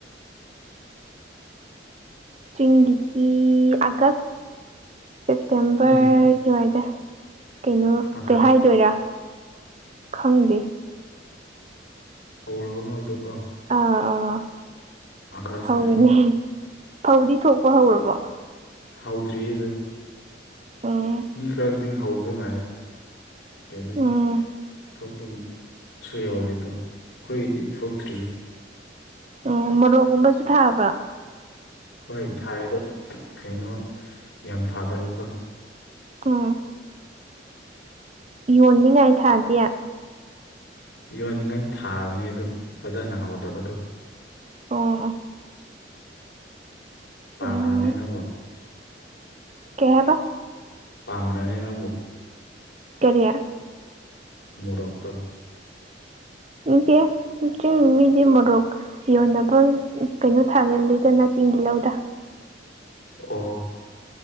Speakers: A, on the right; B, on the left.
A: ꯆꯤꯡꯒꯤꯗꯤ ꯑꯥꯒꯁ ꯁꯦꯞꯇꯦꯝꯕꯔꯒꯤꯋꯥꯏꯗ
B: ꯎꯝ
A: ꯀꯩꯅꯣ
B: ꯑꯥꯀꯥꯁ
A: ꯀꯩ ꯍꯥꯏꯗꯣꯏꯔꯥ ꯈꯪꯗꯦ꯫
B: ꯐꯧꯔ ꯍꯧꯅꯕꯗꯣꯀꯣ
A: ꯑꯥ ꯑꯥ
B: ꯑꯥꯀꯥꯁꯇꯅꯤ
A: ꯍꯧꯔꯅꯤ ꯐꯧꯗꯤ ꯊꯣꯛꯄ ꯍꯧꯔꯕꯣ
B: ꯍꯥꯎꯗ꯭ꯔꯤ ꯑꯗꯨ
A: ꯎꯝ
B: ꯃꯤ ꯈꯔꯗꯤ ꯍꯧꯕꯗ ꯉꯥꯏꯔꯦ ꯀꯩꯅꯣꯝ
A: ꯎꯝ
B: ꯊꯣꯛꯐꯝꯁꯨ ꯌꯥꯎꯔꯦ ꯑꯗꯣ ꯑꯩꯈꯣꯏꯒꯤꯗꯤ ꯊꯣꯛꯇ꯭ꯔꯤꯌꯦ꯫
A: ꯎꯝ ꯃꯣꯔꯣꯛꯒꯨꯝꯕꯁꯨ ꯊꯥꯕ꯭ꯔꯥ
B: ꯍꯣꯏ ꯊꯥꯏꯗꯣ ꯀꯩꯅꯣ ꯌꯥꯝ ꯐꯗꯕꯀꯣ
A: ꯀ ꯌꯣꯟꯅꯤꯡꯉꯥꯏ ꯊꯥꯗꯤ꯫
B: ꯌꯣꯟꯅꯤꯡꯉꯥꯏ ꯊꯥꯕꯅꯦ ꯑꯗꯨ ꯐꯖꯅ ꯍꯧꯗꯕꯗꯣ
A: ꯑꯣ
B: ꯄꯥꯝꯔꯥꯅꯦ
A: ꯎꯝ
B: ꯅꯪꯕꯣ꯫
A: ꯀꯦꯕ
B: ꯇꯥꯝ꯭ꯔꯥꯅꯦ ꯅꯝꯕꯣ
A: ꯀꯔꯤ
B: ꯃꯣꯔꯛꯇ
A: ꯏꯆꯦ ꯆꯤꯡ ꯃꯤꯗꯤ ꯃꯣꯔꯣꯛ ꯌꯣꯟꯅꯕ ꯎꯝ ꯀꯩꯅꯣ ꯊꯥꯒꯜꯂꯤꯗꯅ ꯆꯤꯡꯒꯤ ꯂꯧꯗ
B: ꯑꯣ